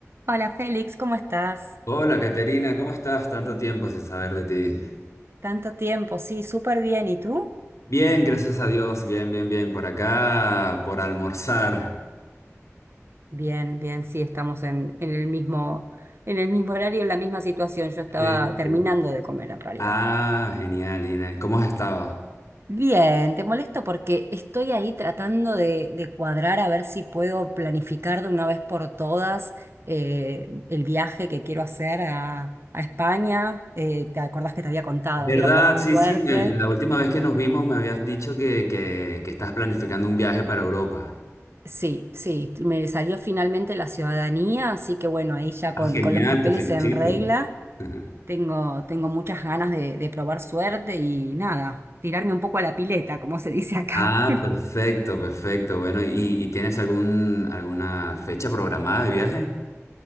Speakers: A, on the right; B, on the left.
A: Hola Félix, ¿cómo estás?
B: Hola, Caterina, ¿cómo estás? Tanto tiempo sin saber de ti.
A: Tanto tiempo, sí, súper bien. ¿Y tú?
B: Bien, gracias a Dios, bien, bien, bien. Por acá, por almorzar.
A: Bien, bien, sí, estamos en, en el mismo, en el mismo horario, en la misma situación. Yo estaba
B: Sí,
A: terminando
B: sí, sí.
A: de comer en realidad.
B: Ah, genial, genial. ¿Cómo has estado?
A: Bien, te molesto porque estoy ahí tratando de, de cuadrar a ver si puedo planificar de una vez por todas eh, el viaje que quiero hacer a, a España. Eh, ¿te acordás que te había contado?
B: ¿Verdad?
A: Quiero probar
B: Sí,
A: suerte.
B: sí. me- La última vez que nos vimos me habías dicho que, que, que estás planificando un viaje para Europa.
A: Sí, sí, me salió finalmente la ciudadanía, así que bueno, ahí ya
B: Ah,
A: con,
B: genial,
A: con los papeles
B: te felicito.
A: en regla,
B: <laughs>
A: tengo, tengo muchas ganas de, de probar suerte y nada, tirarme un poco a la pileta, como se dice acá.
B: Ah, perfecto, perfecto. Bueno, ¿y, y tienes algún, alguna fecha programada de viaje?